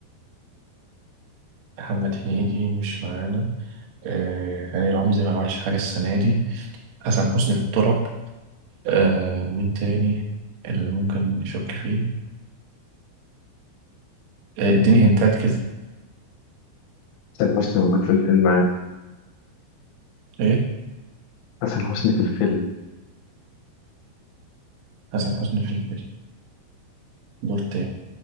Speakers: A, on the right (about 80°); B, on the left (about 75°).
A: محمد هنيدي مش معانا أه، هاني رمزي ما عملش حاجة السنة دي حسن حسني في التراب أه، مين تاني اللي ممكن نشك فيه؟ أه، اديني هنتات كده
B: حسن حسني موجود في الفيلم عادي
A: ايه؟
B: حسن حسني في الفيلم
A: حسن حسني في الفيلم دور تاني